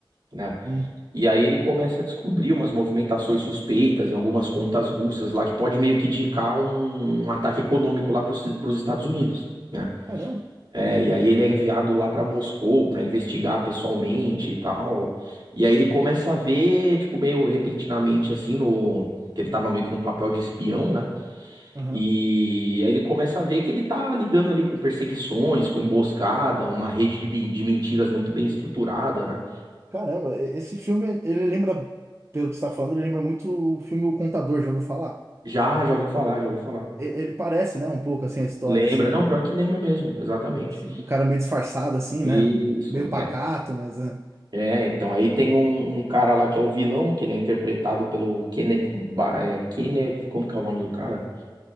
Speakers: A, on the right; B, on the right.
A: né?
B: Hum.
A: E aí ele começa a descobrir umas movimentações suspeitas em algumas contas russas lá que pode meio que indicar um um ataque econômico lá para os Estados Unidos. né?
B: Caramba.
A: É, e aí ele é enviado lá pra Moscou pra investigar pessoalmente e tal. E aí ele começa a ver, tipo, meio repentinamente assim no que ele tava meio que num papel de espião, né?
B: Aham.
A: E aí ele começa a ver que ele tá lidando ali com perseguições, com emboscada, uma rede de, bin- de mentiras muito bem estruturada, né?
B: Caramba, e- esse filme, ele lembra, pelo que você tá falando, ele lembra muito o filme O Contador, já ouviu falar?
A: Já, já ouvi falar, já ouvi falar.
B: E- Ele parece, né, um pouco assim a história,
A: Lembra?
B: assim,
A: Não, pior
B: um-
A: que lembra mesmo, exatamente.
B: assim, o cara meio disfarçado, assim,
A: Isso.
B: né? um- Meio
A: é.
B: pacato, mas é,
A: É, então aí tem um, um cara lá que é o vilão, que ele é interpretado pelo Kenneth, Ba- é, Kenneth, como que é o nome do cara?